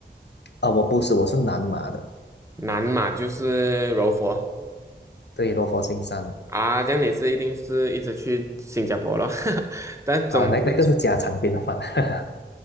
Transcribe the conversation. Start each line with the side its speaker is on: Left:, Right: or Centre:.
Left: 啊、我不是，我是南马的，
Right: 南嘛就是柔佛
Left: 对，罗佛新山
Right: 啊，这样你是一定是一直去新加坡咯，<laughs> 但总之。
Left: 啊、那那个是家常便饭。<laughs>